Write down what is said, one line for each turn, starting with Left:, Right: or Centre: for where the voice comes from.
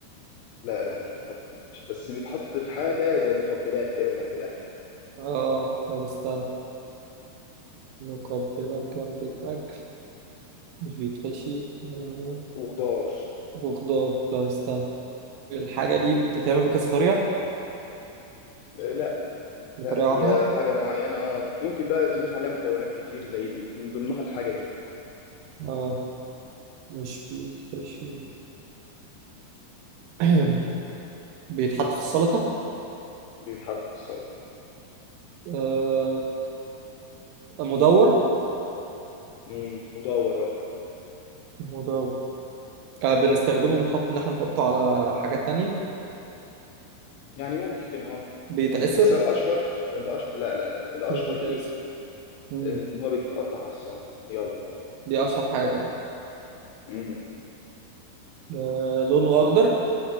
Left: لا لا مش بيتحط في المحشي بس بيتحط في حاجه زي مقبلات كده جنب الاكل
Right: اه ما بيستنى مقبلات جنب الاكل مش بيتحشي آه،
Left: وخضار
Right: وخضار ده استنى الحاجه دي بتتعمل بكذا طريقه
Left: آه، لا
Right: بطريقه
Left: لا
Right: واحده
Left: هي حاجه معينه اه ممكن بقى تضيف عليها مكونات كتير زي من ضمنها الحاجه دي
Right: اه مش بيتحشي <clears throat> بيتحط في السلطه
Left: بيتحط في السلطه
Right: آه مدور
Left: مم، مدور
Right: مدور آه بنستخدمه نحط ان احنا نحطه على حاجات تانية
Left: يعني ممكن اه
Right: بيتعسر
Left: ممكن بس هو الاشهر الاشهر لا لا لا الاشهر
Right: مش بيتعسر
Left: ليه
Right: مم.
Left: ان هو بيتقطع على السلطه يلا اهو
Right: دي اشهر حاجه يعني
Left: امم
Right: آه لونه اخضر